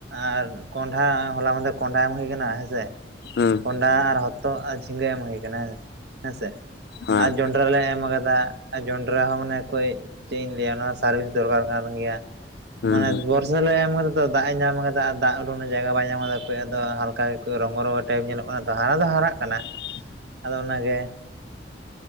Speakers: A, on the right; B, on the left.
A: ᱟᱨ ᱠᱚᱱᱰᱷᱟ ᱦᱚᱞᱟ ᱢᱟᱫᱷᱮᱨ ᱠᱚᱱᱰᱷᱟ ᱮᱢ ᱦᱩᱭ ᱠᱟᱱᱟ ᱦᱮᱸ ᱥᱮ
B: ᱦᱩᱸ
A: ᱠᱚᱱᱰᱷᱟ ᱟᱨ ᱦᱚᱛᱚᱫ ᱟᱨ ᱡᱷᱤᱸᱜᱟᱹ ᱮᱢ ᱦᱩᱭ ᱠᱟᱱᱟ ᱦᱮᱸ ᱦᱮᱸ ᱥᱮ
B: ᱦᱮᱸ
A: ᱟᱨ ᱡᱚᱱᱰᱨᱟ ᱞᱮ ᱮᱢ ᱠᱟᱫᱟ ᱟᱨ ᱡᱚᱱᱰᱨᱟ ᱦᱚᱸ ᱢᱟᱱᱮ ᱦᱳᱭ ᱪᱮᱫ ᱤᱧ ᱞᱟᱹᱭᱟ ᱚᱱᱟ ᱦᱚᱸ ᱥᱟᱨᱵᱷᱤᱥ ᱫᱚᱨᱠᱟᱨ ᱠᱟᱱ ᱜᱮᱭᱟ
B: ᱦᱩᱸ
A: ᱢᱟᱱᱮ ᱵᱚᱨᱥᱟ ᱮᱢ ᱠᱟᱫᱟ ᱛᱚ ᱫᱟᱜ ᱮ ᱧᱟᱢ ᱟᱠᱟᱫᱟ ᱟᱨ ᱫᱟᱜ ᱩᱰᱩᱝ ᱡᱟᱭᱜᱟ ᱵᱟᱭ ᱧᱟᱢ ᱟᱠᱟᱫᱟ ᱟᱫᱚ ᱦᱟᱞᱠᱟ ᱜᱮᱠᱚ ᱨᱚᱝᱜᱚ ᱨᱚᱝᱜᱚ ᱴᱟᱭᱤᱯ ᱧᱮᱞᱚᱜ ᱠᱟᱱᱟ ᱛᱚ ᱦᱟᱨᱟ ᱫᱚ ᱦᱟᱨᱟᱜ ᱠᱟᱱᱟ ᱾
B: <inaudible>
A: ᱟᱫᱚ ᱚᱱᱟ ᱜᱮ <inaudible>